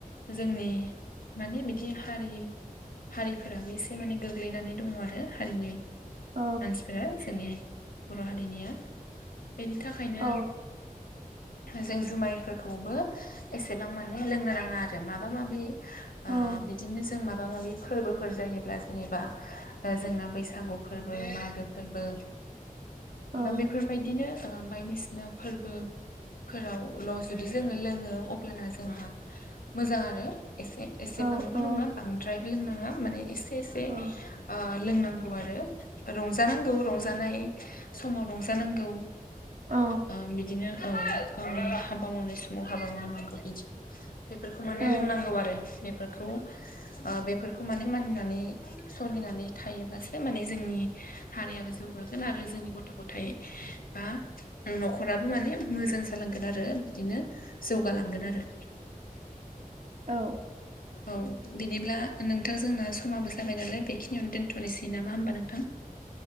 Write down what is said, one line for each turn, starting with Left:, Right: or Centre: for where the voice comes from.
Left: जोंनि माने बिदि हारि हारिफोराबो एसे माने गोग्लैनानै दङ आरो हारिनि
Right: औ
Left: मानसिफोरा जसोंनि बर' हारिनिया बेनि थाखायनो
Right: औ
Left: जों जुमायफोरखौबो एसेबां माने लोंनो नाङा आरो माबा माबि
Right: औ
Left: ओ बिदिनो जों माबा माबि फोरबोफोर जायोब्ला जेनेबा जोंना बैसागु फोरबो मागो फोरबो
Right: औ
Left: बा बेफोरबायदिनो बायदिसिना फोरबो फोरावल' जुदि जोङो लोङो अब्लाना जोंहा मोजां आरो एसे एसेबांबो
Right: औ औ
Left: नङा बांद्राय लोंनाङा माने एसे एसे
Right: औ
Left: ओ लोंनांगौ आरो रंजानांगौ रंजानाय समाव रंजानांगौ
Right: औ
Left: ओ बिदिनो औ गावनि हाबा मावनाय समाव हाबा मावनांगौ बिदि बेफोरखौ माने
Right: औ
Left: रोंनांगौ आरो बेफोरखौ ओ बे बेफोरखौ माने मानिनानै सोलिनानै थायोब्लासो माने जोंनि हारियाबो जौगागोन आरो जोंनि गथ' गथायाइ बा न'खराबो माने मोजां जालांगोन आरो बिदिनो जौगालांगोन आरो
Right: औ
Left: औ बिनिब्ला नोंथां जोंना समाबो जाबाय नालाय बेखिनियावनो दोन्थ'नोसै नामा होमबा नोंथां?